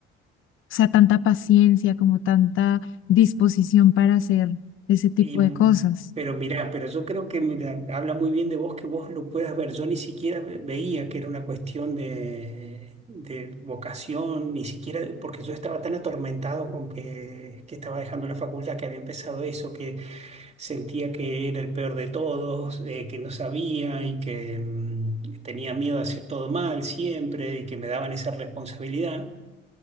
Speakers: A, on the left; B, on the right.
A: o sea, tanta paciencia, como tanta disposición para hacer ese tipo
B: Y,
A: de cosas.
B: pero mira, pero yo creo que mira, habla muy bien de vos que vos lo puedas ver. Yo ni siquiera ve- veía que era una cuestión de, de vocación, ni siquiera porque yo estaba tan atormentado con que, que estaba dejando la facultad, que había empezado eso, que sentía que era el peor de todos, eh, que no sabía y que mm, tenía miedo a hacer todo mal siempre y que me daban esa responsabilidad